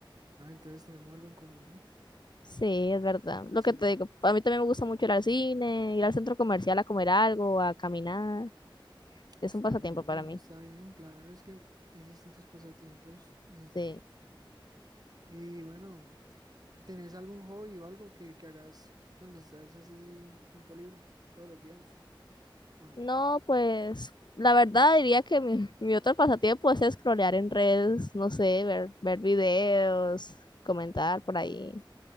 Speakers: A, on the right; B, on the left.
A: Ah, entonces tenemos algo en común.
B: Sí, es verdad. Lo
A: Sí,
B: que te digo, a mí también me gusta mucho ir al cine, ir al centro comercial a comer algo, a caminar. Es
A: está
B: un pasatiempo
A: bien,
B: para
A: eso
B: mí.
A: está bien, claro, es que hay distintos pasatiempos. dis-
B: Sí.
A: Y bueno, ¿Tenés algún hobby o algo que, que hagas cuando estás así en tiempo libre todos los días? Bueno,
B: No, pues, la verdad diría que mi, <laughs> mi otro pasatiempo pues, es scrollear en redes, no sé, ver, ver videos, comentar por ahí.